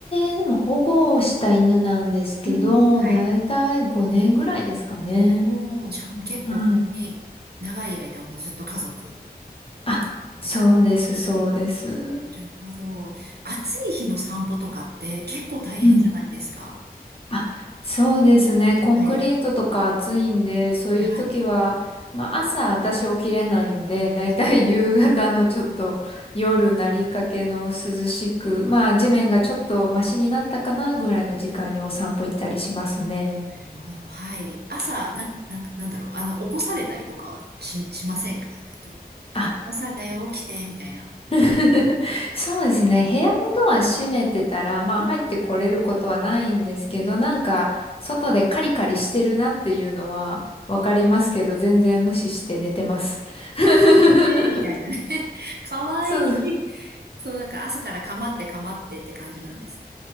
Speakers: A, on the left (about 35°); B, on the right (about 80°).
A: ー、でも保護をした犬なんですけど、
B: うん。はい。
A: だいたい5年ぐらいですかね。
B: おー、じゃあもう結構本当に長い間もうずっと家族
A: はい。あ、
B: です。
A: そうです、そうです。
B: はい。なるほど。暑い日の散歩とかって結構大変じゃないですか。
A: うん。あ、そうですね。コンクリートとか暑いんで、
B: はい。
A: そういう時は、
B: はい。
A: まあ朝私起きれないんで、だいたい
B: はい。
A: <laughs> 夕方のちょっと夜なりかけの涼しく、まあ地面がちょっとマシになったかなぐらいの時間にお散歩行ったりしますね。
B: なるほど。はい。朝、な、な、なんだろう。あの、起こされたりとかはし、しませんかえっと、なんかもう朝だよ、
A: あ
B: 起きて、みたいな。
A: <laughs> そうですね。部屋のドア閉めてたら、まあ入ってこれることはないんですけど、
B: あー
A: なんか外でカリカリしてるなっていうのはわかりますけど、
B: はい。
A: 全然無視して寝てます。<laughs>
B: 開けて、みたいなね。<laughs> かわいい。
A: そう。
B: そう、なんか朝からかまってかまってって感じなんです。